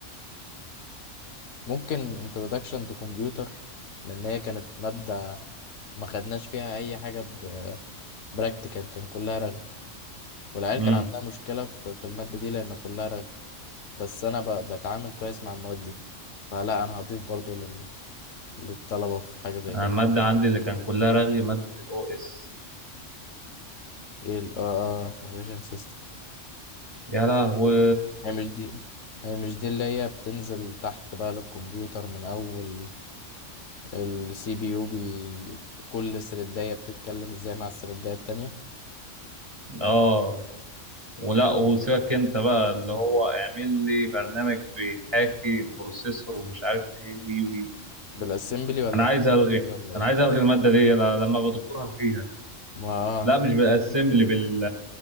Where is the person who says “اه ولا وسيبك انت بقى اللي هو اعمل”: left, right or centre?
Right